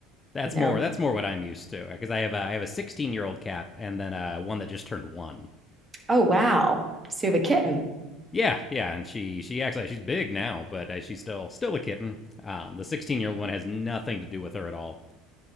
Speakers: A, on the left (about 25°); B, on the right (about 20°).
A: That's
B: and they're,
A: more. That's more what I'm used to because I have a, I have a 16 year old cat and then uh, one that just turned one.
B: oh wow, so you have a kitten.
A: Yeah, yeah, and she she acts like she's big now, but uh, she's still still a kitten. Um, the 16 year old one has nothing to do with her at all,